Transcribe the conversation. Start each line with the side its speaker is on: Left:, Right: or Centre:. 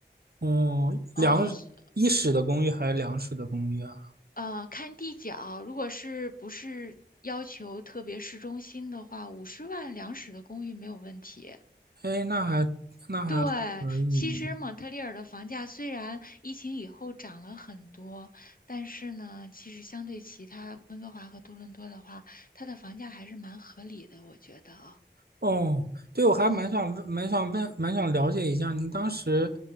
Right: 哦，
Left: 嗯，
Right: 两室一室的公寓还是两室的公寓啊？
Left: 是呃，看地脚，如果是不是要求特别市中心的话，五十万两室的公寓没有问题。
Right: 哎，那还那还可以。
Left: 对，其实蒙特利尔的房价虽然疫情以后涨了很多，但是呢，其实相对其他温哥华和多伦多的话，它的房价还是蛮合理的，我觉得啊。
Right: 哦，对，我还蛮想问，
Left: 嗯，
Right: 蛮想问，蛮想了解一下，您当时，